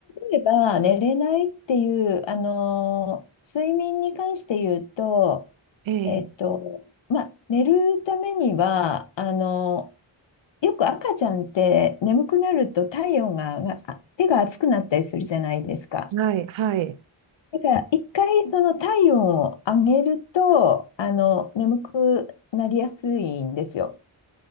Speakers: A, on the left; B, on the right.
A: 例えば、寝れないっていう、あのー睡眠に関して言うと、
B: ええ、
A: えっと、まあ、寝るためには、あのーよく赤ちゃんって眠くなると体温が、が、あ手が熱くなったりするじゃないですか。
B: はい、はい。
A: だから、一回その体温を上げると、あの、眠くなりやすいんですよ。